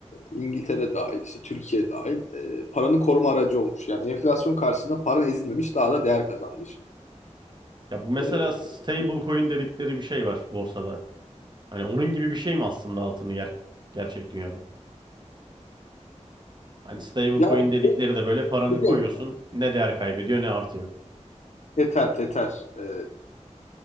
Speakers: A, on the left; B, on the right.
A: İngiltere dahil, işte Türkiye dahil e, paranı koruma aracı olmuş. Yani enflasyon karşısında paran ezilmemiş, daha da değer kazanmış.
B: Ya bu mesela
A: E,
B: stable coin dedikleri bir şey var borsada. Hani onun gibi bir şey mi aslında altın yer gerçek dünyada? Hani stable
A: yani
B: coin dedikleri de böyle paranı
A: biliyor
B: koyuyorsun.
A: musun?
B: Ne değer kaybediyor ne artıyor.
A: teter. teter. E,